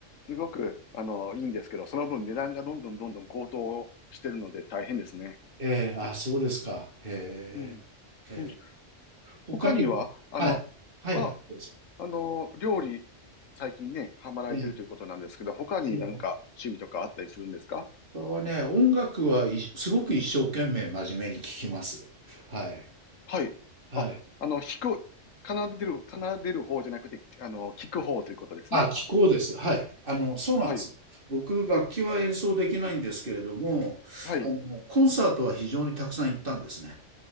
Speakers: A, on the left; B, on the right.
A: すごく、あのいいんですけど、その分値段がどんどんどんどん高騰してるので大変ですね。
B: ええ、ええあ、そうですか。へえ。
A: うん。
B: ええ。
A: うん。
B: 他にははい。
A: 他には、あの、
B: はいはい、
A: あ、
B: どうぞ。
A: あの、料理、最近ね、ハマられてるということなんですけど、
B: ええ、
A: 他になんか趣味とかあったりするんですか
B: ええ。他はね、音楽はいすごく一生懸命真面目に聴きます。はい。
A: はい。
B: はい。
A: あ、あの、弾く、奏でる、奏でる方じゃなくて、あの、聞く方ということですね。
B: あ、気候です。はい。あの、そうなんです。
A: はい。
B: 僕、楽器は演奏できないんですけれども、
A: はい。
B: あの、コンサートは非常にたくさん行ったんですね。